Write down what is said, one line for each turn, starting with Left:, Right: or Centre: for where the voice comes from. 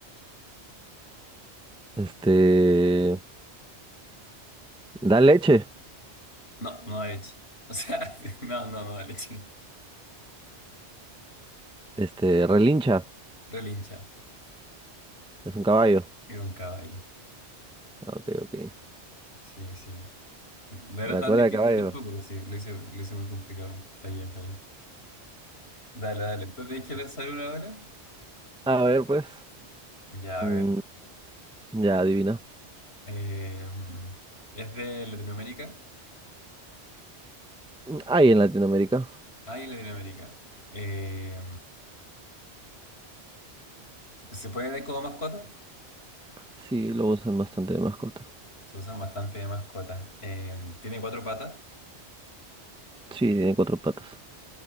Centre: Este. Da leche.
Left: No, no da leche. O sea, <laughs> no, no, no da leche.
Centre: Este, relincha.
Left: Relincha.
Centre: Es un caballo.
Left: Es un caballo.
Centre: Ah, Ok, ok.
Left: Sí, sí. No era
Centre: La
Left: tan
Centre: cola
Left: difícil
Centre: de caballo.
Left: tampoco, pues sí, lo hice, lo hice muy complicado. Fallé, fallé. Dale, dale. Entonces tenéis que pensar una ahora.
Centre: A ver, pues.
Left: Ya, a
Centre: Mm,
Left: ver.
Centre: ya, adivina.
Left: Eh, ¿es de Latinoamérica?
Centre: Mm, Hay en Latinoamérica.
Left: Ay, Latinoamérica. Eh, ¿se puede ver como mascota?
Centre: Sí, lo usan bastante de mascota.
Left: Se usan bastante de mascotas. Eh, tiene cuatro patas.
Centre: Sí, tiene cuatro patas.